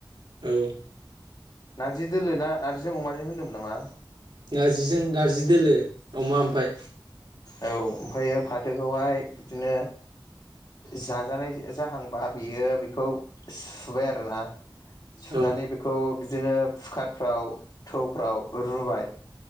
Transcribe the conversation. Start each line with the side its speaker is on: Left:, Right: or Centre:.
Right: औ
Left: नार्जि दोलो ना नारजिजों अमाजों होजों होदोंमोन नामा?
Right: नारजिजों नार्जि दोलो अमा ओमफाय।
Left: औ ओमफ्राययो फाथोखौहाय इदिनो जाजानाय जाहांबा बियो बेखौ सुबाय आरोना। सुनानै
Right: औ
Left: बेखौ बिदिनो फुकारफ्राव थौफ्राव रुबाय